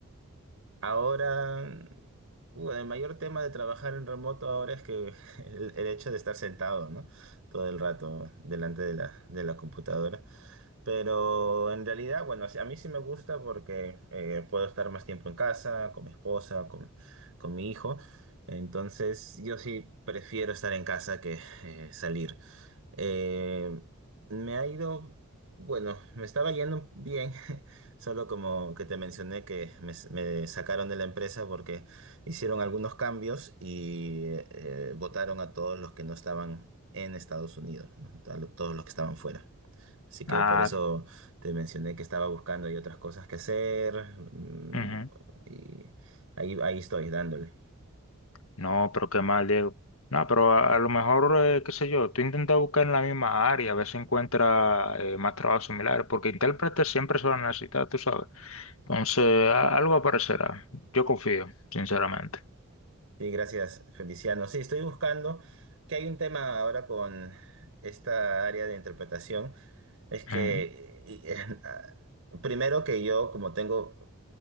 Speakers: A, on the right (about 75°); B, on the left (about 75°).
A: Ahora, bueno, el mayor tema de trabajar en remoto ahora es que <laughs> el, el hecho de estar sentado, ¿no? Todo el rato delante de la, de la computadora. Pero en realidad, bueno, sí- a mí sí me gusta porque eh, puedo estar más tiempo en casa, con mi esposa, con, con mi hijo. Entonces, yo sí prefiero estar en casa que eh, salir. Eh, me ha ido, bueno, me estaba yendo bien, <laughs> solo como que te mencioné que me, me sacaron de la empresa porque hicieron algunos cambios y eh, votaron a todos los que no estaban en Estados Unidos, ¿no? A lo- todos los que estaban fuera. Así que
B: Ah,
A: por eso te mencioné que estaba buscando y otras cosas que hacer mm,
B: ujú.
A: y ahí, ahí estoy dándole.
B: No, pero qué mal, Diego. No, pero a, a lo mejor, eh, qué sé yo, tú intentas buscar en la misma área, a ver si encuentras eh, más trabajos similares, porque intérpretes siempre se van a necesitar, tú sabes. Entonces, a- algo aparecerá. Yo confío, sinceramente.
A: Sí, gracias, Feliciano. Sí, estoy buscando que hay un tema ahora con esta área de interpretación. Es que,
B: Ujú,
A: y- <laughs> primero que yo, como tengo